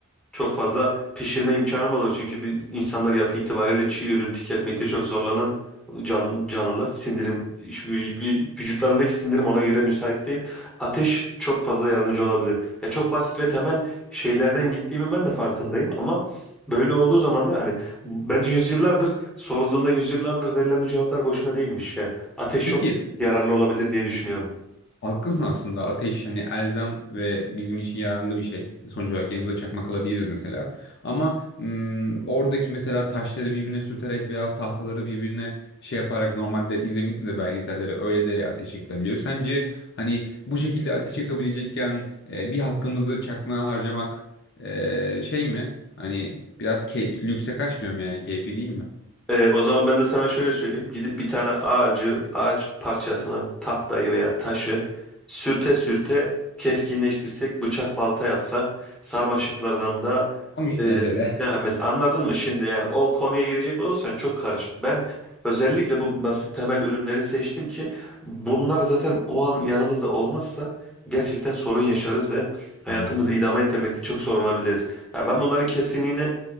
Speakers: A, in the centre; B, on the left (about 50°).
A: çok fazla pişirme imkanım olur. Çünkü bir, insanlar yapı itibariyle çiğ ürün tüketmekte çok zorlanan can, canlılar. Sindirim, şu vü- vü- vücutlarındaki sindirim ona göre müsait değil. Ateş çok fazla yardımcı olabilir. Ya çok basit ve temel şeylerden gittiğimi ben de farkındayım ama böyle olduğu zaman da hani bence yüzyıllardır sorulduğunda yüzyıllardır verilen bu cevaplar boşuna değilmiş ya. Ateş çok
B: Peki
A: yararlı olabilir diye düşünüyorum.
B: Haklısın aslında ateş hani elzem ve bizim için yararlı bir şey. Sonuç olarak yanımıza çakmak alabiliriz mesela. Ama mm, oradaki mesela taşları birbirine sürterek veya tahtaları birbirine şey yaparak normalde izlemişsindir belgeselleri öyle de ateş yakılabiliyor. Sence hani bu şekilde ateş yakabilecekken e, bir hakkımızı çakmaya harcamak e, şey mi? Hani biraz key- lükse kaçmıyor mu yani keyfi değil mi?
A: Ee, o zaman ben de sana şöyle söyleyeyim. Gidip bir tane ağacı, ağaç parçasını, tahtayı veya taşı sürte sürte keskinleştirsek, bıçak balta yapsak, sarmaşıklardan da
B: Ama işte
A: e,
B: mesela.
A: sen mesela anladın mı şimdi yani o konuya girecek olursan çok karışık. Ben özellikle bu basit temel ürünleri seçtim ki bunlar zaten o an yanımızda olmazsa gerçekten sorun yaşarız ve
B: <laughs>
A: hayatımızı idame ettirmekte çok zorlanabiliriz. Yani ben bunların kesinliğini